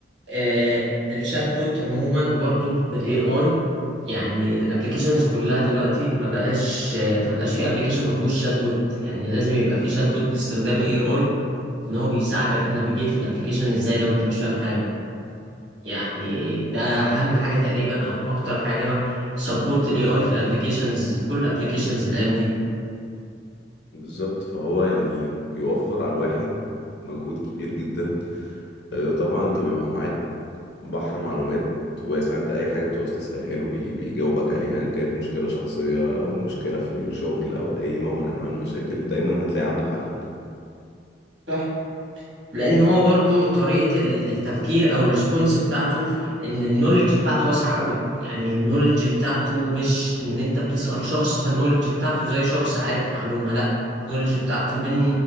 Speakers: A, on the right (about 75°); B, on the left (about 65°).
A: آه الشات بوت عموما برضو بالاي اي يعني الابلكيشنز كلها دلوقتي ما بقاش آه، ما بقاش في ابلكيشن ما فيهوش شات بوت يعني لازم يبقى في شات بوت باستخدام اي اي ان هو بيساعدك تنافيجيت في الابلكيشن ازاي لو انت مش فاهم حاجة يعني ده اهم حاجه تقريبا او اكتر حاجه سبورت الاي اي في الابلكيشنز في كل الابلكيشنز الايام دي
B: بالظبط فهو يعني بيوفر على الواحد مجهود كبير جدا آه، طبعا انت بيبقى معاك بحر معلومات واسع انت اي حاجه بتعوز تسالها له بي- بيجاوبك عليها ان كانت مشكله شخصيه او مشكله في الشغل او اي نوع من انواع المشاكل دايما هتلاقي عنده حل
A: صح لان هو برضو طريقه ال- التفكير او الريسبونس بتاعته ان النولج بتاعته واسعه قوي يعني النولج بتاعته مش ان انت بتسال شخص فالنولج بتاعته زي شخص عارف معلومه لا النولج بتاعته من